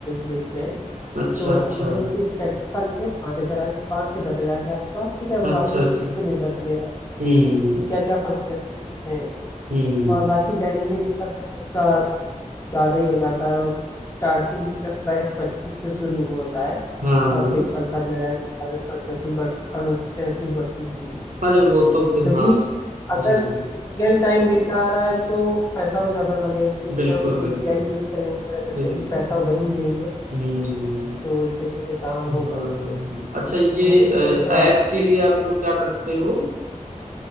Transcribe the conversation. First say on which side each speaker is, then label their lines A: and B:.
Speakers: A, on the left (about 25°); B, on the right (about 75°).
A: बेस पे हैं
B: अच्छा
A: तो
B: अच्छा
A: हम लोग जैसे स्टार्ट का लेंगे पाँच हजार पाँच से दस हजार के आसपास ठीक है वो
B: अच्छा
A: आपके
B: अच्छा
A: उस पर निर्भर करेगा
B: हम्म
A: कि क्या क्या फंक्शनलिटीज हैं
B: हम्म
A: और बाकी डायनेमिक का तो उसका ज्यादा ही हो जाता है स्टार्टिंग प्राइस पच्चीस से शुरू होता है
B: हाँ
A: और
B: हाँ
A: फिर चलता चला जाएगा फंक्शनलिटीज बढ़ फंक्शनलिटीज बढ़ती रहेंगी
B: अरे वो तो फिर
A: क्योंकि
B: हाँ जी
A: अगर
B: जी
A: रियल टाइम डेटा आ रहा है तो पैसा तो ज्यादा लगेगा क्योंकि उसमें
B: बिल्कुल
A: हम
B: बिल्कुल
A: एपीआई यूज करेंगे तरह तरह
B: बिल्कुल
A: की पैसा उधर भी देंगे
B: हम्म
A: तो इस तरीके से काम होगा
B: हम्म,
A: उस पे
B: अच्छा ये
A: बाकी तो हाँ
B: ऐप के लिए आप लोग क्या करते हो